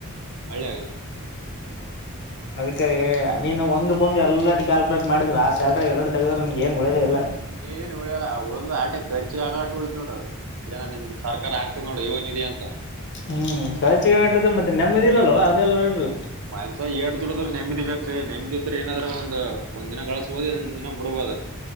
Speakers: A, on the right; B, on the left.
A: ಹಳ್ಳಿಗೆ
B: ಅದಕ್ಕ ರೀ ನೀನು ಒಂದ್ಕ್ಕೊಂದು ಎಲ್ಲ ಕ್ಯಾಲ್ಕುಲೇಟ್ ಮಾಡಿದ್ರ ಆ ಸ್ಯಾಲ್ರಿ ಎಲ್ಲ ತೆಗದ್ರ ನಿನಗೆ ಏನ್ ಉಳಿದೆ ಇಲ್ಲ
A: ಏನ್ ಉಳಿಯಲ್ಲ ಉಳ್ದ ಆಟೋ ಖರ್ಚಿಗೆ ಆಗೋಷ್ಟು ಉಳಿತದವಾ ನೋಡು ಏನ ನಿಮ್ ಸರ್ಕಾರ ಆಗ್ತ್ ನೋಡು ಯುವನಿಧಿ ಅಂತ
B: ಹ್ಮ್ ಖರ್ಚಿಗೆ ಆಗಟ್ಟ ಮತ್ತೆ ನೆಮ್ಮದಿಲ್ಲಲ್ವ ಅದೆಲ್ಲ ಇಡ್ರ
A: ಮ್ಯಾನ್ಸ ಎಎಡ್ ದುಡಿದ್ರು ನೆಮದಿ ಬೇಕ್ರಿ ನೆಮ್ದಿದ್ರ ಏನಾದ್ರ ಒಂದ ಒಂದ್ ದಿನ ಗಳಿಸಬಹುದು ಇನ್ನ ಒಂದ ದಿನ ಬಿಡ್ಬೋದು